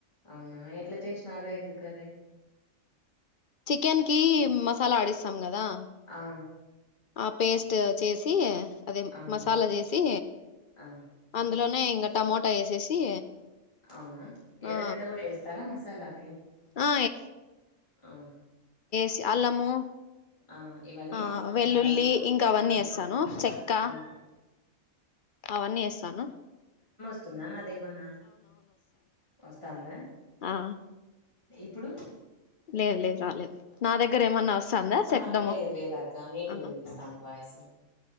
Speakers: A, on the left (about 20°); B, on the left (about 50°).
A: అవునా ఎట్లా చేసినారు ఎగ్ కర్రీ
B: చికెన్ కి మసాలా ఆడిస్తాం కదా
A: ఆ
B: ఆ పేస్ట్ చేసి అదే
A: ఆ
B: మసాలా చేసి
A: ఆ
B: అందులో ఇంగ టమోటా వేసేసి
A: అవునా ఎర్రగెడ్డ
B: ఆ
A: కూడా వేస్తారా మసాలాకి
B: ఆ
A: ఆ
B: సి అల్లాము
A: ఆ ఇవన్నీ
B: ఆ
A: వేస్తాంలే
B: వెల్లుల్లి
A: అల్లా
B: ఇంకా అవన్నీ
A: ఉమ్
B: ఎస్తాను చెక్క
A: ఉమ్
B: అవన్నీ ఎస్తాను
A: వస్తుందానా అదేమన్నా వస్తానందా
B: ఆ
A: ఇప్పుడు
B: లేద్ లేదు రాలేదు నా దగ్గర ఏమన్నా వస్తాందా శబ్దము
A: ఆహా లేదు లేదు అక్క నీటిగా
B: ఆ
A: వినిపిస్తాంది వయిస్